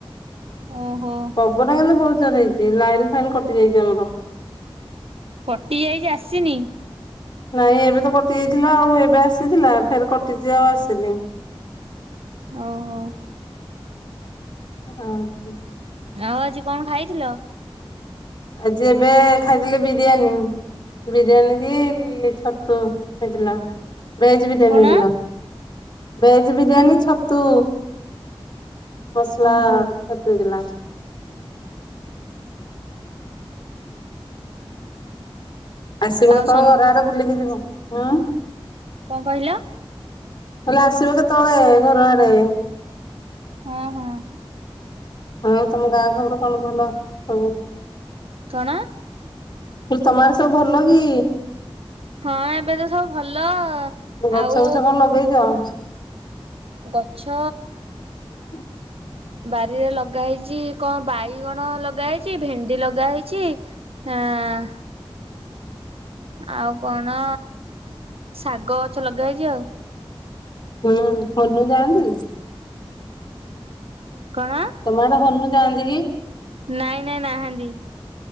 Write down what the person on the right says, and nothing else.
ଓହୋ।
କଟି ଯାଇଚି ଆସିନି?
ଓହୋ।
ଆଉ ଆଜି କଣ ଖାଇଥିଲ?
କଣ
ଓହୋ
ଆଉ
ସମ
କଣ କହିଲ?
ହଁ-ହଁ।
କଣ?
ହଁ ଏବେ ତ ସବୁ ଭଲ।
ଆଉ
ଗଛ
ବାରିରେ ଲଗା ହେଇଚି କଣ ବାଇଗଣ ଲଗା ହେଇଚି ଭେଣ୍ଡି ଲଗା ହେଇଚି ଆଁ ଆଉ କଣ ଶାଗ ଗଛ ଲଗା ହେଇଚି ଆଉ।
କଣ?
ନାଇଁ-ନାଇଁ ନାହାନ୍ତି।